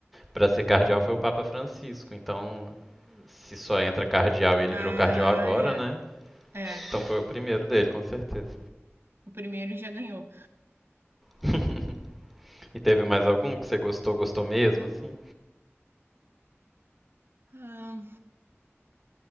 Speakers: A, in the centre; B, on the right (about 55°).
A: pra ser cardeal foi o Papa Francisco. Então, se só entra cardeal e ele
B: Ah,
A: virou cardeal agora,
B: é.
A: né?
B: É.
A: Então foi o primeiro dele, com certeza.
B: O primeiro já ganhou.
A: <laughs> E teve mais algum que você gostou, gostou mesmo, assim?
B: Ah,